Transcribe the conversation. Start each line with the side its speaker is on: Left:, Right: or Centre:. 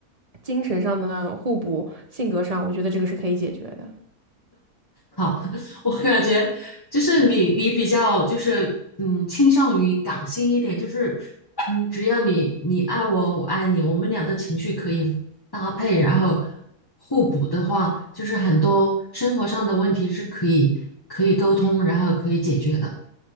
Right: 精神上的互补、性格上，我觉得这个是可以解决的。
Left: 好，<laughs> 我感觉就是你，你比较就是嗯，倾向于感性一点，就是嗯，只要你你爱我，我爱你，我们俩的情绪可以搭配，然后互补的话，就是很多生活上的问题是可以可以沟通，然后可以解决的，